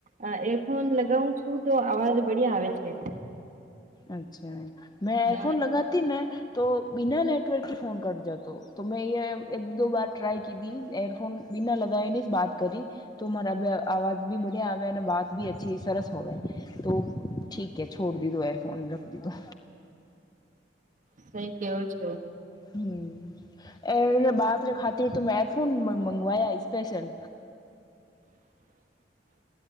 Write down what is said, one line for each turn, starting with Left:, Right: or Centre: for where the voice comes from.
Right: અહહ એરફોન લગ કું છું તો અવાજ બડિયા આવે છે.
Left: અચ્છા મેં
Right: ના
Left: એરફોન લગાતી ને તો બિના નેટવર્ક કે ફોન કટ જાતો તો મેં એ એક દ બાર ટ્રાય કી તી એયરફોન બીના લગાવીને જ વાત કરી તો મારા અવાજ બી બડ્યા આવે અને વાત બી અછી સરસ હોવે તો ઠીકે છોડ દી દો એરફોન રખ દીધો
Right: સઈ કેવો છો
Left: હમ એ બાતરે ખાતે તો મેં એરફોન મંગવાયા સ્પેશલ
Right: <inaudible>